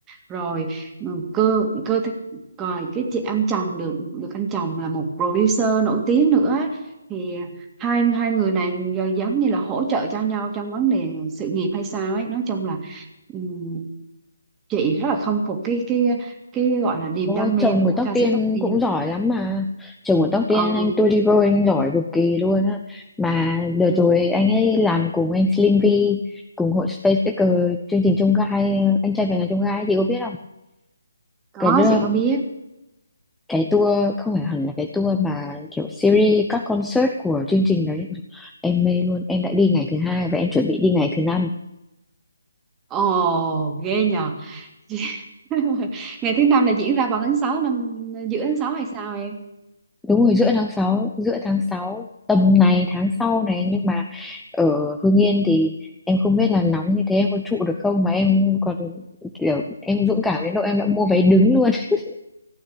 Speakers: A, on the right (about 15°); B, in the centre.
A: rồi ừ, cơ cơ thể- rồi cái chị anh chồng được được anh chồng là một producer nổi tiếng nữa thì hai hai người này giờ giống như là hỗ trợ cho nhau trong vấn đề sự nghiệp hay sao ấy nói chung là ừm, chị rất là khâm phục cái cái cái gọi là niềm
B: Ô,
A: đam mê
B: chồng
A: của
B: của Tóc
A: ca
B: Tiên
A: sĩ Tóc Tiên
B: cũng giỏi lắm mà Chồng của Tóc Tiên
A: ừ,
B: anh Toliver anh giỏi cực kỳ luôn á Mà
A: ừ,
B: đợt rồi anh ấy làm cùng anh Slim V Cùng hội Space Picker chương trình Chông Gai Anh trai về nhà Chông Gai chị có biết không
A: có
B: Cái đưa-
A: chị có biết
B: cái tour không phải hẳn là cái tour mà kiểu series các concert của chương trình đấy Em mê luôn em đã đi ngày thứ hai và em chuẩn bị đi ngày thứ năm
A: Ồ, ghê nhờ. <laughs> Ngày thứ năm là diễn ra vào tháng 6 năm giữa tháng 6 hay sao em?
B: đúng rồi giữa tháng sáu giữa tháng 6 tầm này tháng sau này nhưng mà ở Hưng Yên thì em không biết là nóng như thế em có trụ được không mà em còn kiểu em dũng cảm đến độ em đã mua vé đứng luôn <laughs>